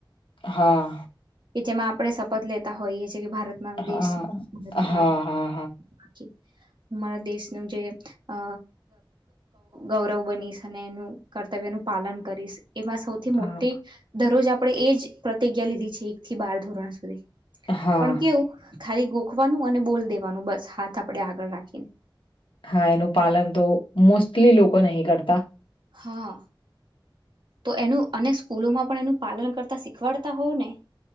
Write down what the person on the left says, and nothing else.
હા
હા
હા
હા હા
હા
હા
હા, એનું પાલન તો મોસ્ટલી લોકો નહી કરતા.